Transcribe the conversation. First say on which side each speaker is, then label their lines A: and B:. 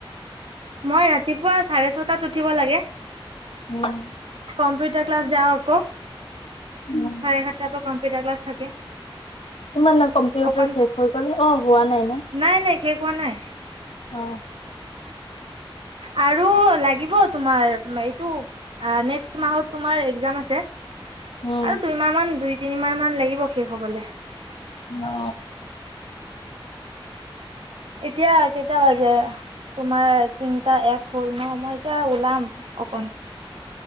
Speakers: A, on the right; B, on the left.
A: মই ৰাতিপুৱা চাৰে ছটাত উঠিব লাগে
B: উম
A: কম্পিউটাৰ ক্লাছ যাওঁ আকৌ চাৰে
B: উম
A: সাতটাৰ পৰা কম্পিউটাৰ ক্লাছ থাকে
B: তোমাৰ ন কম্পিউটাৰ
A: অকন
B: শেষ হৈ গ'ল অ হোৱা নাই ন
A: নাই নাই শেষ হোৱা নাই
B: উম
A: আৰু লাগিব তোমাৰ এইটো নেক্স মাহত তোমাৰ এক্জাম আছে
B: উম
A: আৰু দুই মাহ মান দুই তিনি মাহ মান লাগিব শেষ হবলৈ
B: অ
A: এতিয়া কেতি কেই বাজে তোমাৰ তিনিটা এক হ'ল ন মই এতিয়া ওলাম অকন।